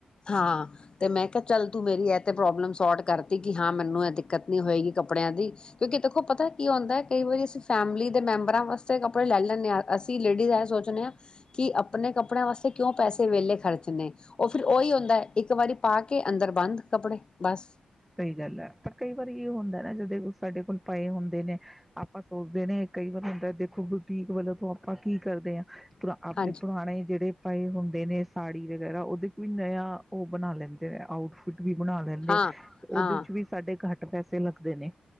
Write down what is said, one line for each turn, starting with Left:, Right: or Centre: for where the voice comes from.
Left: ਹਾਂ ਤੇ ਮੈਂ ਕਿਹਾ ਚੱਲ ਤੂੰ ਮੇਰੀ ਇਹ ਤੇ ਪ੍ਰੋਬਲਮ ਸੋਟ ਕਰਤੀ ਕਿ ਹਾਂ ਮੈਨੂੰ ਇਹ ਦਿੱਕਤ ਨੀ ਹੋਏਗੀ ਕੱਪੜਿਆਂ ਦੀ ਕਿਉਂਕਿ ਦੇਖੋ ਪਤਾ ਕੀ ਹੁੰਦਾ ਕਈ ਵਾਰੀ ਅਸੀਂ ਫੈਮਲੀ ਦੇ ਮੈਂਬਰਾਂ ਵਾਸਤੇ ਕੱਪੜੇ ਲੈ ਲੈਂਨੇ ਆ ਅਸੀਂ ਲੇਡੀਜ਼ ਇਹ ਸੋਚਦੇ ਹਾਂ ਕਿ ਆਪਣੇ ਕੱਪੜਿਆਂ ਵਾਸਤੇ ਕਿਉਂ ਪੈਸੇ ਵਹਲੇ ਖਰਚਣੇ ਉਹ ਫਿਰ ਓਹੀ ਹੁੰਦਾ ਇੱਕ ਵਾਰੀ ਪਾ ਕੇ ਅੰਦਰ ਬੰਦ ਕੱਪੜੇ ਬਸ
Centre: ਸਹੀ ਗੱਲ ਐ ਪਰ ਕਈ ਵਾਰੀ ਇਹ ਹੁੰਦਾ ਨਾ ਜਦੋਂ ਸਾਡੇ ਕੋਲ ਪਏ ਹੁੰਦੇ ਨੇ ਆਪਾਂ ਸੋਚਦੇ ਨੇ ਕਈ ਵਾਰ ਹੁੰਦਾ ਦੇਖੋ ਬੁਟੀਕ ਵੱਲੋਂ ਤੋਂ ਆਪਾਂ ਕੀ ਕਰਦੇ ਆ ਪੁਰਾ ਆਪਦੇ
Left: ਹਾਂਜੀ
Centre: ਪੁਰਾਣੇ ਜਿਹੜੇ ਪਏ ਹੁ ਦੇ ਨੇ ਸਾੜੀ ਵਗੈਰਾ ਉਹਦੇ ਕੋਈ ਨਯਾ ਓਹ ਬਣਾ ਲੈਂਦੇ ਨੇ ਆਊਟਫਿਟ ਵੀ ਬਣਾ ਲੈਂਦੇ
Left: ਹਾਂ
Centre: ਉਹਦੇ
Left: ਹਾਂ
Centre: ਚ ਵੀ ਸਾਡੇ ਘੱਟ ਪੈਸੇ ਲੱਗਦੇ ਨੇ